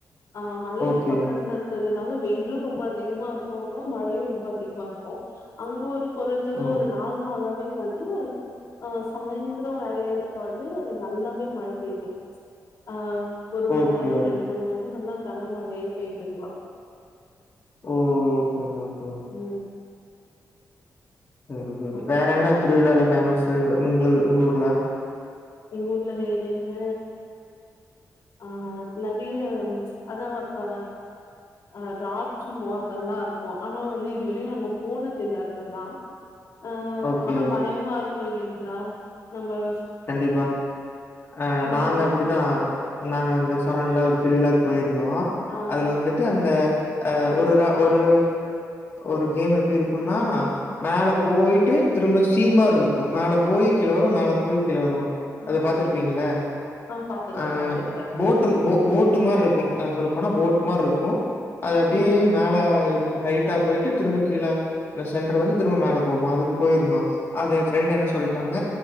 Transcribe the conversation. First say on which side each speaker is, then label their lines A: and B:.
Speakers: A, on the left; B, on the left.
A: ஆ மலைக்கு
B: ஓகே.
A: பக்கத்துல இருக்கது அதனால வெயிலும் ரொம்ப அதிகமா இருக்கும்ங்க மழையும் ரொம்ப அதிகமா இருக்கும் அங்க ஒரு குறைஞ்சதுும்
B: ம்.
A: ஒரு நாள் நாள வந்து ஆ சாயந்தரம் வேலையில வந்து நல்லாவே மழை பெய்து ஆ ஒரு மண்
B: ஓகே.
A: நேரோ ரெண்டு மண் நேரோ நல்லா கனமழையே பெய்துங்ளா
B: ஓ! ஓகேங்க, ஓகேங்க.
A: ம்
B: <unintelligible>
A: அப்ப
B: வேற என்ன திருவிழால்ல பேமஸு உங்ளுது உங்க ஊர்ல
A: எங்க ஊர்ல வேற என்ன ஆ நறிய ம் ச்ச் அதா அ அ ராட்னோ அதல்லா இருக்கு ஆனா வந்து இது வரலி நாங்க போனதுல்ல அதுலல்லா அ
B: ஓகே.
A: ஆனா பயமா இருக் கோயிலுங் <unintelligible> நம்ம <unintelligible>
B: கண்டிபா அ
A: நம்ம
B: நாங்க அப்டிதா நாங்க வந்து சொனன்ல ஒரு திருவிழாக்கு போய்ரு போய்ருந்தோம்
A: ஆ
B: அதுல வந்துட்டு அந்த அ ஒருரா ஒரு ஒரு கேம் எப்டி இருக்குன்னா மேல போய்ட்டு திரும்ப சீமாரி ருக்கும் மேல போயி கீல வரும் மேல போயி கீல வரும்
A: ஆ
B: அத பாத்துருப்பீங்கள
A: ஆ பாத்துருக்க
B: ப்ச் அ
A: பாத்துருக்க
B: போட்டு போட் <unintelligible> அ சொல்லப்போனா
A: அ
B: போட் மார் ருக்கும் அது அப்டியே
A: ம்
B: மேல ஹைட்டா போய்ட்டு திரும்ப கீழ சென்டர் வந்து திரும்ப மேல போகும் அதுக்கு போய்ருந்தோம் அது என் ஃப்ரெண்ட் என்ன சொல்ட்டாங்க